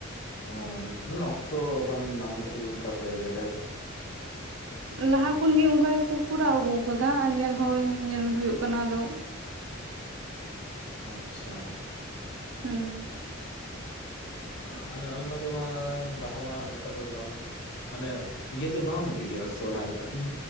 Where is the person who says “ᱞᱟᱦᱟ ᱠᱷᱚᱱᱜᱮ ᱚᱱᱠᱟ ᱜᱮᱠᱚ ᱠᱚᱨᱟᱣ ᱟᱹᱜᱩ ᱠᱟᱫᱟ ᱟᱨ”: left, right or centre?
Right